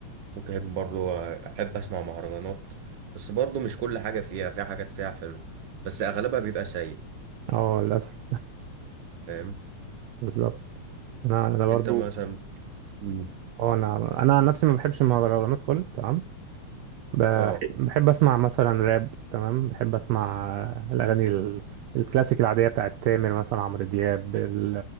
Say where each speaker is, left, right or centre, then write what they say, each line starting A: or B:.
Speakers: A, on the right; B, on the right.
A: ممكن احب برضو احب اسمع مهرجانات بس برضو مش كل حاجة فيها في حاجات فيها حلو بس اغلبها بيبقى سيء
B: اه للاسف
A: فاهم
B: بالظبط انا انا برضو
A: انت مثلا مم.
B: اه انا انا عن نفسي ما بحبش المهرجانات خالص تمام بح-
A: اه
B: بحب اسمع مثلا راب تمام بحب اسمع آه، الاغاني ال- الكلاسيك العاديه بتاعت تامر مثلا عمرو دياب ال-